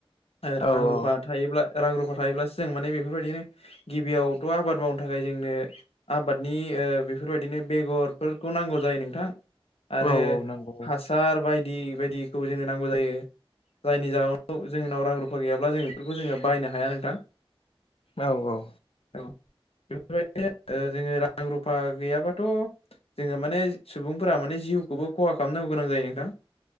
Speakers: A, on the left (about 80°); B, on the left (about 65°).
A: रां
B: औ
A: रुफा
B: औ
A: थायोब्ला रां रुफा थायोब्लासो जों माने बेफोरबायदिनो गिबियावथ' आबाद मावनो थाखाय जोंनो आबादनि बेफोरबायदिनो बेगरफोरखौ नांगौ जायो नोंथां। आरो
B: औ औ नांगौ
A: हासार बायदि बायदिखौ जोंनो नांगौ जायो जायनि जाहोनाव। जोंनाव रां रुफा गैयाब्ला जों बेफोरखौ जोङो बायनो हाया नोंथां
B: औ औ
A: औ बेफोरबायदिनो जोङो रां रुफा गैयाबाथ' जोङो माने सुबुंफोरा माने जिउखौबो खहा खालामनांगौ गोनां जायो नोंथां।